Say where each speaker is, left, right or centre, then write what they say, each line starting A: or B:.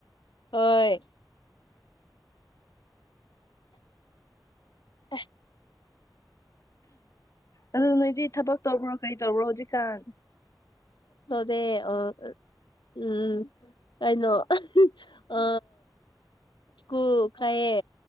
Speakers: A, on the left; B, on the left.
A: ꯍꯣꯏ ꯑ
B: ꯑꯗꯨ ꯅꯣꯏꯗꯤ ꯊꯕꯛ ꯇꯧꯕ꯭ꯔꯣ ꯀꯔꯤ ꯇꯧꯕ꯭ꯔꯣ ꯍꯧꯖꯤꯛꯀꯥꯟ
A: ꯗꯦ ꯑ ꯎꯝ ꯀꯥꯏꯩꯅꯣ ꯑ ꯁꯀꯨ ꯀꯥꯏ ꯍ